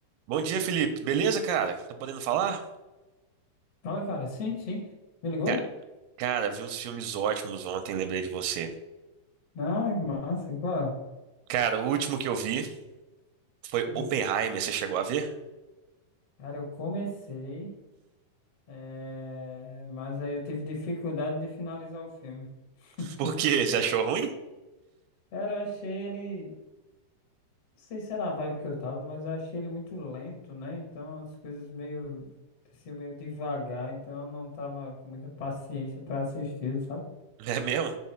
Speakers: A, on the right; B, on the left.
A: Bom dia, Felipe. Beleza, cara? Tá podendo falar?
B: Fala, cara. Sim, sim. Me ligou?
A: Ca- Cara, vi uns filmes ótimos ontem, lembrei de você.
B: Ah, que massa. Qual?
A: Cara, o último que eu vi foi
B: Hum.
A: Oppenheimer, você chegou a ver?
B: Cara, eu comecei, eh, mas aí eu tive dificuldade de finalizar o filme. <laughs>
A: <laughs> Por quê? Você achou ruim?
B: Cara, eu achei ele. Não sei se era a vibe que eu tava, mas eu achei ele muito lento, né? Então as coisas meio. aconteciam meio devagar, então eu não tava com muita paciência pra assistir, sabe?
A: <laughs> É mesmo?